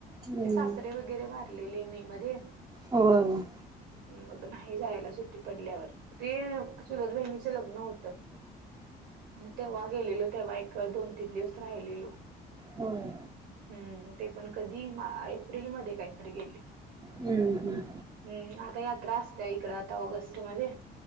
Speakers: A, on the right (about 20°); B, on the right (about 85°).
A: हम्म.
B: ते सासरे वगैरे वारलेली मी मध्ये
A: हो.
B: मग नाही जायला सुट्टी पडल्यावर तेजलद बहिणीचं लग्न होतं मग ते्हा गेलेलं. तेव्हा एक दोन तीन दिवस राहिलेलो.
A: होय.
B: हम्म ते पण कधी मा एप्रिलमध्येध्ये काहीतरी गेलेलो.
A: हम्म हम्.
B: हम्म आता यात्रा असते इकड आता ऑगस्ट मध्ये